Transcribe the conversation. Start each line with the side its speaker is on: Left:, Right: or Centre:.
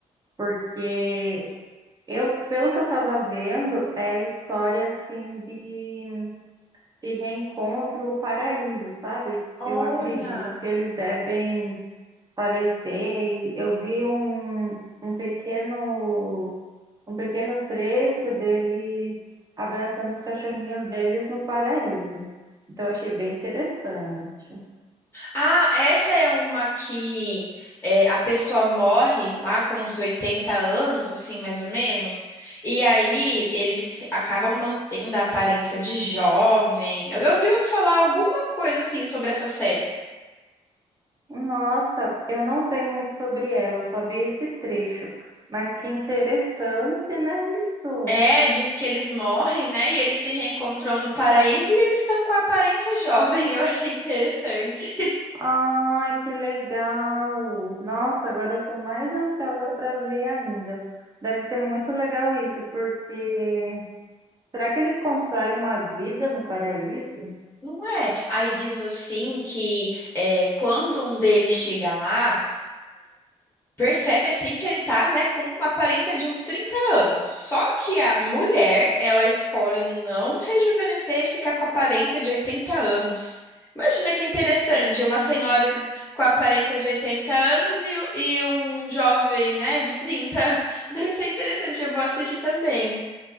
Right: porque eu, pelo que eu estava vendo, é história assim de, de reencontro no paraíso, sabe?
Left: olha.
Right: Eu acredito que eles devem falecer e eu vi um, um pequeno um pequeno trecho deles abraçando os cachorrinhos deles no paraíso. Então, eu achei bem interessante.
Left: Ah, essa é uma que é, a pessoa morre lá com uns 80 anos, assim, mais ou menos, e aí eles acabam mantendo a aparência de jovem. Eu, eu ouvi falar alguma coisa assim sobre essa série.
Right: Nossa, eu não sei muito sobre ela, eu só vi esse trecho. Mas que interessante, né, isso?
Left: É, diz que eles morrem, né? E eles se reencontram no paraíso e eles estão com a aparência jovem. <laughs> Eu achei interessante.
Right: Ai, que legal! Nossa, agora eu estou mais ansiosa para ver ainda. Deve ser muito legal isso, porque será que eles constroem uma vida no paraíso?
Left: Não é? Aí diz assim que é, quando um deles chega lá. Percebe assim que ele tá, né, com uma aparência de uns 30 anos. Só que a mulher, ela escolhe não rejuvenescer e ficar com a aparência de 80 anos. Imagina que interessante,
Right: Hum.
Left: uma senhora com a aparência de 80 anos e, e um jovem, né, de 30. <laughs> Deve ser interessante, eu vou assistir também.